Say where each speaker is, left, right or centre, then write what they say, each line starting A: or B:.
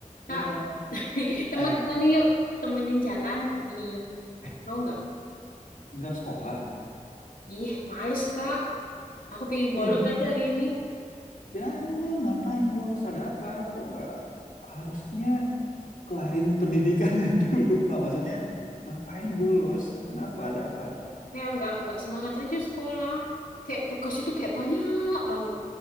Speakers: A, on the left; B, on the left.
A: Kena,
B: Kak, <laughs> temenin
A: eh,
B: mana yuk. Temenin jalan. Ih,
A: eh,
B: mau nggak?
A: nggak sekolah.
B: Ih, males, Kak. Aku pingin bolos
A: Eh, gini,
B: aja hari ini.
A: jangan ngapain bolos ada apa? Kok nggak harusnya kelarin pendidikannya <laughs> dulu? Nggak maksudnya ngapain bolos? Kenapa ada apa?
B: Kayak nggak nggak semangat aja sekolah. Kayak tugas itu kayak banyak banget.